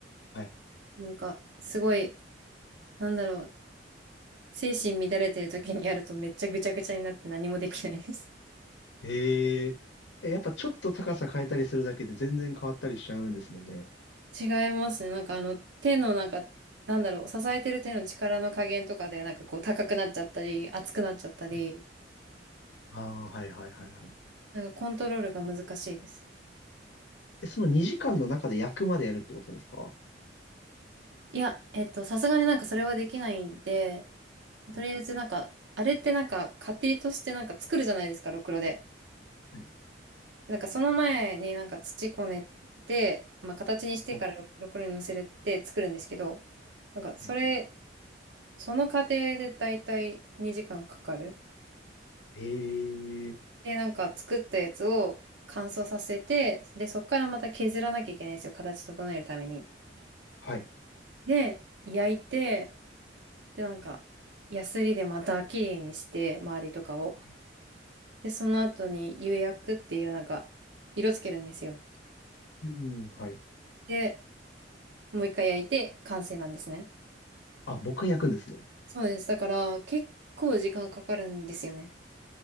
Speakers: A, on the left; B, on the right.
A: はい。
B: なんか、すごい、なんだろう、精神乱れてる時にやるとめっちゃぐちゃぐちゃになって何もできないです。
A: えー、えやっぱちょっと高さ変えたりするだけで全然変わったりしちゃうんですもんね。
B: <laughs> 違いますね。なんかあの、手のなんか、なんだろう、支えてる手の力の加減とかで、なんかこう、高くなっちゃったり、熱くなっちゃったり、
A: はいああ、はいはいはいはい。
B: なんかコントロールが難しいです。
A: え、その2時間の中で役までやるってことですか
B: いや、えっと、さすがになんかそれはできないんで、とりあえずなんか、
A: はい
B: あれってなんか、家庭としてなんか作るじゃないですか、ろくろで。
A: はい
B: なんかその前になんか土こねて、まあ、形にしてからろろくろに乗せて作るんですけど、
A: はい。
B: なんかそれ、
A: はい
B: その過程でだいたい2時間かかる。
A: ええー
B: で、なんか作ったやつを乾燥させて、で、そこからまた削らなきゃいけないんですよ。形整えるために。
A: はい。
B: で、焼いて、で、なんか、ヤスリでまた綺麗にして、周りとかを。
A: はい。
B: で、その後に釉薬っていうなんか、色つけるんですよ。
A: うん、はい。
B: で、もう一回焼いて完成なんですね。
A: あ、もう一回焼くんですね。
B: そうです。だから、結構時間かかるんですよね。